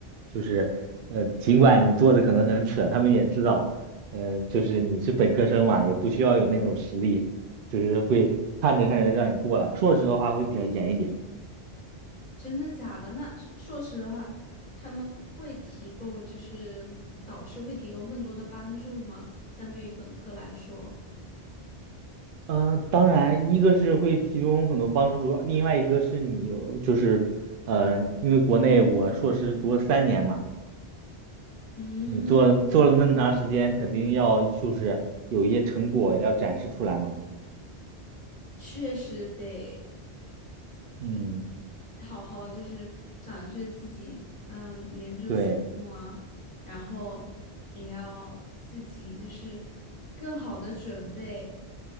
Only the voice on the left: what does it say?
真的假的？那说说实话，他们会提供，就是导师会提供更多的帮助吗？相对于本科来说，
嗯，
确实得
好好就是展示自己，嗯，研究项目啊，
然后也要自己就是更好的准备。